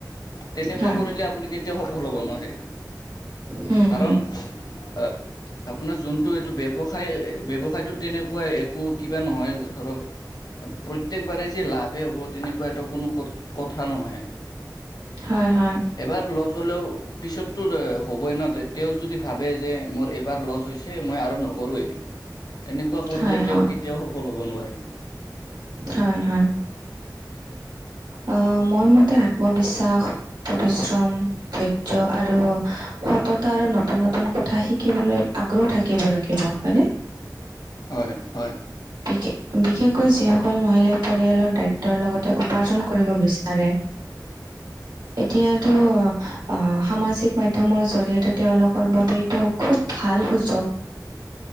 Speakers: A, on the left; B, on the right.
A: তেনেকুৱা
B: হয়
A: কৰিলে আপুনি কেত কেতিয়াও সফল হ'ব নোৱাৰে,
B: হম
A: কাৰণ
B: হম
A: আহ আপোনাৰ যোনটো এইটো ব্যৱসায় ব্যৱসায়টোত তেনেকুৱা একো কিবা নহয় ধৰক। প্ৰত্যেকবাৰে যে লাভেই হ'ব তেনেকুৱাটো কু কোনো কথা নহয়।
B: হয়, হয়,
A: এবাৰ লজ হ'লেও, পিছততো হ'বই না তেতিয়াও যদি ভাবে যে মোৰ এবাৰ লজ হৈছে। চে মই আৰু নকৰোঁ এইটো, এনেকুৱা কৰিলে
B: হয় হয়
A: তেওঁ কেতিয়াও সফল হ'ব নোৱাৰে।
B: হয়, হয়, আহ মোৰ মতে আত্মবিশ্বাস পৰিশ্ৰম। ধৈৰ্য আৰু, সততা আৰু নতুন নতুন কথা শিকিবলৈ আগ্ৰহ থা কিব লাগিব হয়নে,
A: হয় হয়
B: বিশষ বিশেষ কৈ যিসকল মহিলাই পৰিয়ালৰ দায়িত্বৰ লগতে উপাৰ্জন কৰিব বিচাৰে। এতিয়া এইটো আহ, সামাজিক মাধ্যমৰ জৰিয়তে তেওঁলোকৰ বাবেটো খুব ভাল সুযোগ।